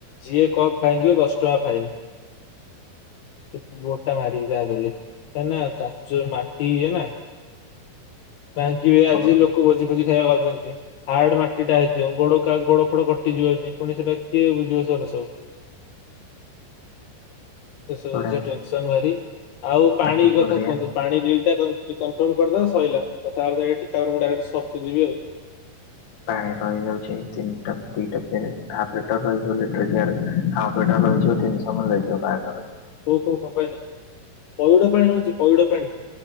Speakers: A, on the left; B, on the left.
A: ଯିଏ କପ ଭାଙ୍ଗିବ ଦଶଟଙ୍କା ଫାଇନ। ସେ ଗୋଟ ଟା ମାରିକି ଖା ବଲେ କାଁନା କାଚ ମାଟି ନା କାଁଙ୍କି ବି
B: ପାମ୍ପଡ଼
A: ଆଜି ଲୋକ ଭୋଜି ଭୋଜି ଖାଇବାକୁ ପାାଉଛନ୍ତି। ହାର୍ଡ ମାଟିଟା ହେଇଥିବ ଗୋଡ ଗୋଡ ଫୋଡ କଟିଯିବ ଯ ପୁଣି ସେଇଟା କିଏ ବୁଝିବ ସେ ଟା ସବୁ। ସବୁ
B: ସୋଡ଼ା
A: ଟେନସନ ଭାରି ଆଉ ପାଣି
B: ମାଟିକି
A: କଥା
B: ଗଡିଆ
A: କୁହନ୍ତୁ ପାଣି ମିଳିବ କି ଟ କନଫର୍ମ କରିଦେ ସହିଲା କଥାବାର୍ତା ତାପରେ ମୁଁ ସ୍ପଟକୁ ଯିବି।
B: ପାଣି ରହିଯାଉଛି ତିନିଟା ଦିଟା ଲିଟର ରହିିବ ଲଟର ଲିଟର ରହିିବନି। ଲାଗଯିବ ବ ବାହାଘରାରୁ।
A: ହଉ କୋଉ କଉ ପାଣି ରହୁଛିପଇଡ଼ ପାଣି ରହୁଛିପଇଡ଼ ପାଣି।